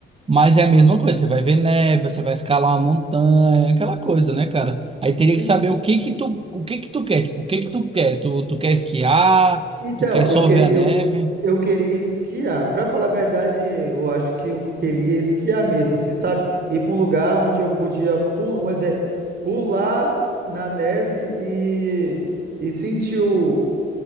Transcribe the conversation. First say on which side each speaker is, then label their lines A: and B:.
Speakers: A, on the right (about 30°); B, on the right (about 55°).
A: Mas é a mesma coisa, você vai ver neve, você vai escalar uma montanha, aquela coisa, né, cara? Aí teria que
B: e-
A: saber o que que tu, o que que tu quer, tipo, o que que tu quer? Tu, tu quer esquiar?
B: Então,
A: Tu quer
B: eu
A: só
B: queria,
A: ver a
B: eu,
A: neve?
B: eu queria esquiar. Pra falar a verdade, eu acho que eu queria esquiar mesmo, assim, sabe? Ir pra um lugar onde eu podia pular, um exemplo, pular na neve e, e sentir o,